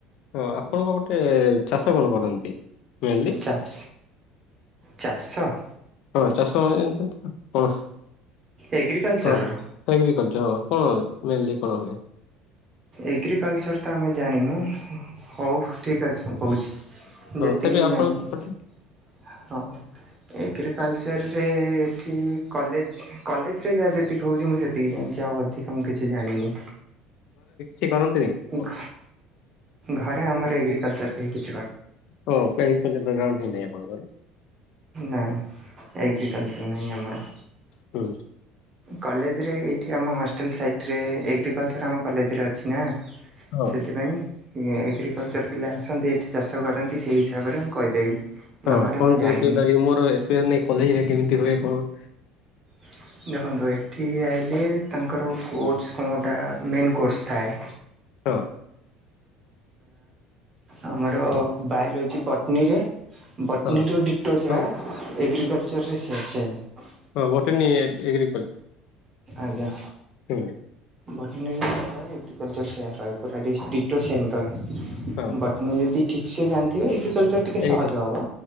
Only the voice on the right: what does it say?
ଚାଷ ଚାଷ
ଏଗ୍ରିକଲଚରର
ଏଗ୍ରିକଲଚର୍ ତ ଆମେ ଜାଣିନୁ। ହଉ ଠିକ୍ ଅଛି ମୁଁ କହୁଛି।
ଯେତିକି
ବି
ଜାଣିଛି ସେଠି,
ହଁ ଏଗ୍ରିକଲଚରରେ ଏଠି କଲେଜ! କଲେଜ ରେ ଯାହା ଯେତିକି ହଉଛି ମୁଁ ସେତିକି ଜାଣିଛି। ଆଉ ଅଧିକ ମୁଁ କିଛି ଜାଣିନି।
ଘ ଘରେ ଆମର ଏଗ୍ରିକଲଚ୍ ର କେହି କି
ନାହିଁ ଏଗ୍ରିକଲଚର ନାହିଁ ଆମର
କଲେଜରେ ଏଠି ଆମ ହଷ୍ଟେଲ ସାଇଟରେ ଏଗିକଲଚର ଆମ କଲେଜରେ ଅଛି ନା
ସେଥିପାଇଁ ଏଗ୍ରିକଲଚର୍ ପିଲା ଆସନ୍ତି, ଏଠି ଚାଷ କରନ୍ତି ସେହି ହିସାବରେ ମୁଁ କହିଦେବି।
ନହେଲେ
ମୁଁ ଜାଣିନି।
<inaudible> ଦେଖନ୍ତୁ ଏଠି ଆଇିଲେ ତାଙ୍କର କୋର୍ସ କଣଁଟା ମେନ୍ କୋର୍ସ ଥାଏ।
ଆମର ବାୟୋଲୋଜି ବଟନୀରେ ବଟନୀ
ଯଉ ଟିଟୋ ଯା
ଏଗ୍ରିକଲଚର୍ ସେୟା ସେୟା।
ଆଜ୍ଞା।
ଭଟନଗୟ ଏଗ୍ରିକଲଚର୍ ସେମ ରହିବ ପୁରା ଡିଷ୍ଟ୍ରିକ୍ଟ ସେମ୍ ରହେ
ବଟନୀ ଯଦି ଠିକ୍ସେ ଜାଣିଥିବେ ଏଗ୍ରିକଲଚର ଟିକେ
ସହଜ ହବ